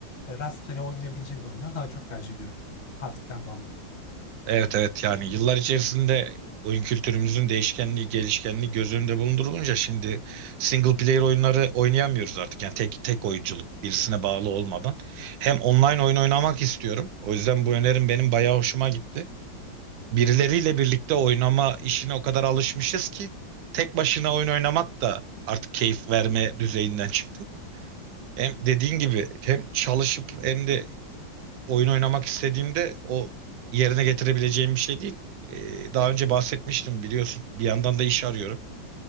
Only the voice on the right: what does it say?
Evet evet yani yıllar içerisinde oyun kültürümüzün değişkenliği, gelişkenliği göz önünde bulundurulunca şimdi single player oyunları oynayamıyoruz artık. Yani tek tek oyunculuk birisine bağlı olmadan. Hem online oyun oynamak istiyorum. O yüzden bu önerim benim bayağı hoşuma gitti. Birileriyle birlikte oynama işine o kadar alışmışız ki tek başına oyun oynamak da artık keyif verme düzeyinden çıktı. Hem dediğin gibi hem çalışıp hem de oyun oynamak istediğimde o yerine getirebileceğim bir şey değil. Ee, daha önce bahsetmiştim biliyorsun. Bir yandan da iş arıyorum.